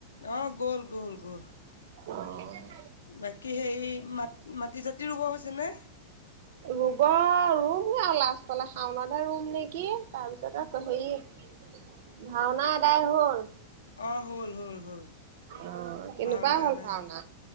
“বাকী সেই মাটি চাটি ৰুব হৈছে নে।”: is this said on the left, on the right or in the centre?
Left